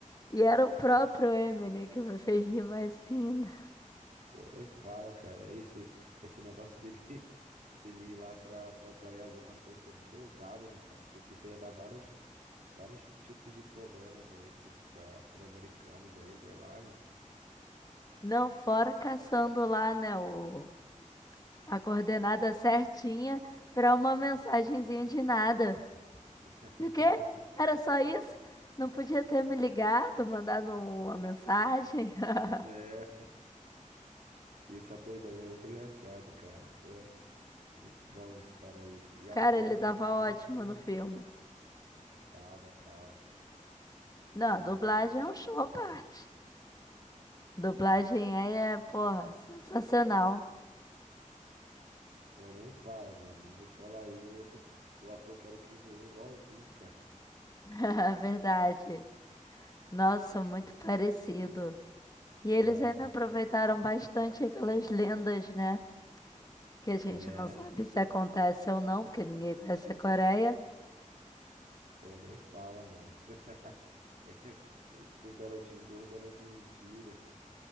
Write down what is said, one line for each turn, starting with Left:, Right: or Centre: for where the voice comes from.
Left: E era o próprio Eminem que me fez rir mais ainda.
Right: Pô, ele fala, cara, esse, esse negócio dele, <laughs> dele ir lá pra, pra Coreia do Norte aí foi muito ousado, né, cara? Achei que isso ia dar vários, vários tipos de problemas aí pros, pra, pros americanos aí, sei lá, né?
Left: Não, fora caçando lá, né, o... a coordenada certinha pra uma mensagenzinha de nada.
Right: <laughs>
Left: O quê? Era só isso? Não podia ter me ligado, mandado uma mensagem? <laughs>
Right: É. E esse ator aí também é muito engraçado, cara. Pô, muito bom esse cara aí. E a
Left: Cara,
Right: dublagem
Left: ele tava
Right: também,
Left: ótimo
Right: pô,
Left: no filme.
Right: tava, tava.
Left: Não,
Right: Ai,
Left: a dublagem
Right: ai.
Left: é um show à parte. Dublagem é, é, porra, sensacional.
Right: Pô, nem fala, mano. Eu vou te falar aí, o, <laughs> o ator que era o Kim Jong-un é igualzinho, cara.
Left: <laughs> Verdade. Nossa, muito parecido. E eles
Right: Ah,
Left: ainda aproveitaram bastante aquelas lendas, né? Que a gente
Right: é,
Left: não sabe se acontece ou não, porque ninguém conhece a Coreia.
Right: pô, nem fala, mano. <laughs> É, do garotinho gordo era de mentira.